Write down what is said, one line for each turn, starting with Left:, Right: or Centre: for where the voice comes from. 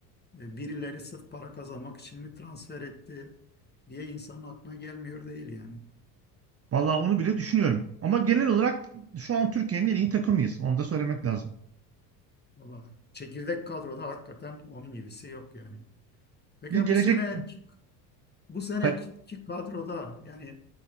Left: E, birileri sırf para kazanmak için mi transfer etti diye insanın aklına gelmiyor değil yani.
Right: Vallahi onu bile düşünüyorum. Ama genel olarak şu an Türkiye'nin en iyi takımıyız. Onu da söylemek lazım.
Left: Valla çekirdek kadroda hakikaten onun gibisi yok yani. Peki
Right: Bir gelecek
Left: bu seneki bu seneki
Right: Kal-
Left: kadroda yani